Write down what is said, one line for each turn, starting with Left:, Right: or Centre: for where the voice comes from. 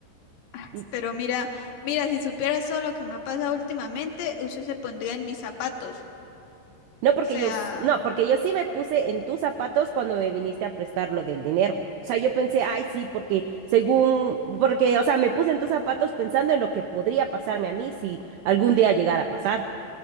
Left: Ay,
Right: Y,
Left: Pero mira, mira, si supieras todo lo que me ha pasado últimamente, usted se pondría en mis zapatos. O
Right: no porque
Left: sea,
Right: yo, s- no, porque yo sí me puse en tus zapatos cuando me viniste a prestar lo del dinero. O sea, yo pensé, ay, sí, porque según, porque, o sea, me puse en tus zapatos pensando en lo que podría pasarme a mí si algún día llegara a pasar.